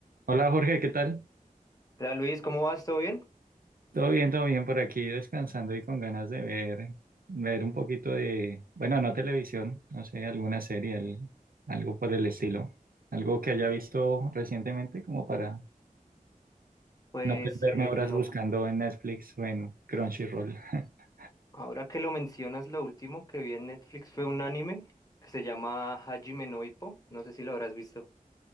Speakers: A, on the right (about 85°); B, on the left (about 25°).
A: Hola Jorge, ¿qué tal?
B: Hola Luis, ¿cómo vas? ¿Todo bien?
A: Todo bien, todo bien por aquí, descansando y con ganas de ver, ver un poquito de, bueno, no televisión, no sé, alguna serie, al- algo por el estilo, algo que haya visto recientemente como para
B: Pues
A: no perderme
B: eh,
A: horas
B: lo-
A: buscando en Netflix o en Crunchyroll, <laughs>
B: ahora que lo mencionas, lo último que vi en Netflix fue un anime que se llama Hajime no Ippo. No sé si lo habrás visto.